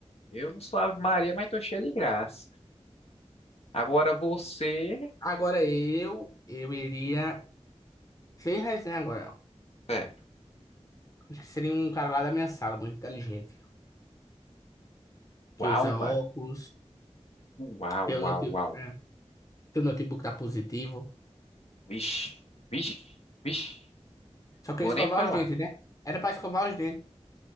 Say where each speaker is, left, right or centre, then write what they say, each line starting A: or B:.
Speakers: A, on the left; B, on the left.
A: Eu não sou Ave Maria, mas tô cheio de graça. Agora você.
B: Agora eu, eu iria... Sem resenha agora,
A: É.
B: Acho que seria um cara lá da minha sala, muito inteligente. que
A: Uau,
B: usa
A: mano.
B: óculos,
A: Uau,
B: teu,
A: uau,
B: note...
A: uau.
B: é, teu notebook tá positivo.
A: Vixe, vixe, vixe.
B: Só que
A: Vou
B: eu ia escovar
A: nem falar,
B: os dentes, né? Era pra escovar os dentes.